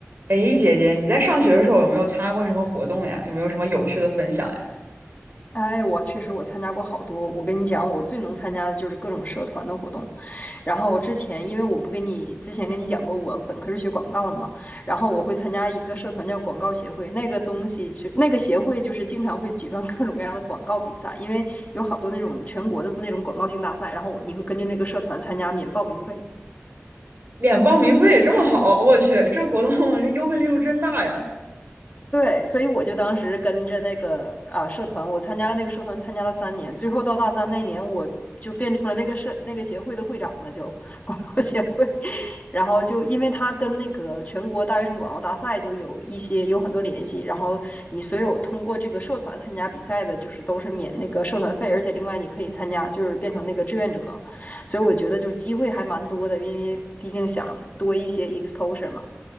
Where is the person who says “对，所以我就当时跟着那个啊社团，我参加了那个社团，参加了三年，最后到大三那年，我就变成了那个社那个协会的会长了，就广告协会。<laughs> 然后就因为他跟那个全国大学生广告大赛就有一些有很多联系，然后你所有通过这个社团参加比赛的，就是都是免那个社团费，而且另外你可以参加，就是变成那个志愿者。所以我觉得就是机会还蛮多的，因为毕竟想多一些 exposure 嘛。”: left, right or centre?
Left